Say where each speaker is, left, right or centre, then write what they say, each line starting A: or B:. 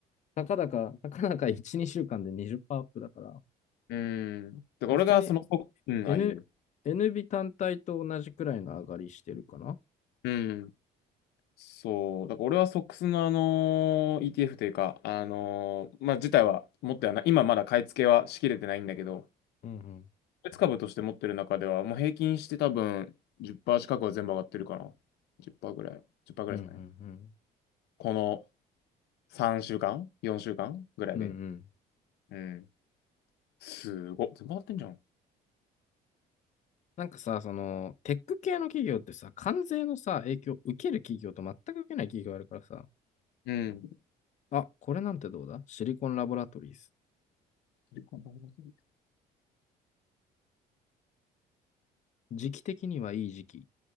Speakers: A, on the left; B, on the left.
A: たかだか、たかだか1、2週間で20%アップだから、
B: うーん。だから俺がその、
A: 普通に
B: うん、
A: N、
B: ああいう。
A: NB 単体と同じくらいの上がりしてるかな。
B: うん。そう。だから俺はソックスのあのー ETF というか、あのーまあ、自体は持ってはない。今まだ買い付けはしきれてないんだけど、
A: うんうん。
B: 別株として持ってる中では、もう平均して多分10%近くは全部上がってるかな。10%ぐらい。10%ぐらいですかね。
A: うんうんうん。
B: この3週間 ?4 週間ぐらいで。
A: うんうん
B: うん。すごっ。全部上がってんじゃん。
A: なんかさ、その、テック系の企業ってさ、関税のさ、影響を受ける企業と全く受けない企業があるからさ、
B: うん。
A: あ、これなんてどうだシリコンラボラトリーズ。
B: シリコンダブラトリーズ。
A: 時期的にはいい時期。